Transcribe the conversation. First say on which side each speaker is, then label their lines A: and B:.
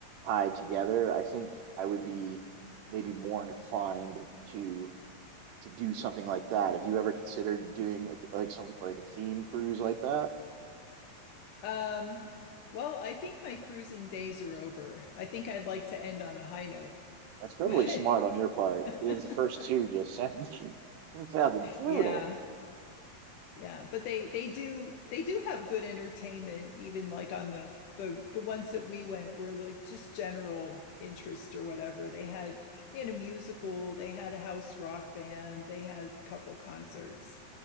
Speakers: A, on the right; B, on the left.
A: tied together, I think I would be maybe more inclined to to do something like that. Have you ever considered doing like some like a theme cruise like that?
B: um, well, I think my cruising days are over. I think I'd like to end on a high note,
A: That's probably
B: but
A: smart on your part
B: <laughs>
A: because the first two just sound <laughs> sounded brutal.
B: yeah. yeah but they they do they do have good entertainment even like on the the the ones that we went were like just general interest or whatever they had they had a musical they had a house rock band they had a couple concerts